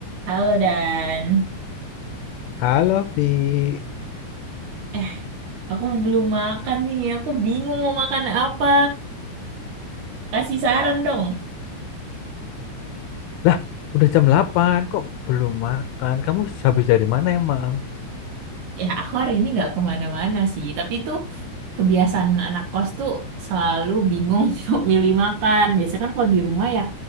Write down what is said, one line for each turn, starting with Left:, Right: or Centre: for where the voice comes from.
Right: Halo Dan,
Left: Halo, Vi.
Right: eh aku belum makan nih, aku bingung mau makan apa. Kasih saran dong.
Left: Lah, udah jam 8, kok belum makan? Kamu habis dari mana emang?
Right: Ya aku hari ini nggak kemana-mana sih, tapi itu kebiasaan anak kos tuh selalu bingung <laughs> untuk milih makan. Biasanya kan kalau di rumah ya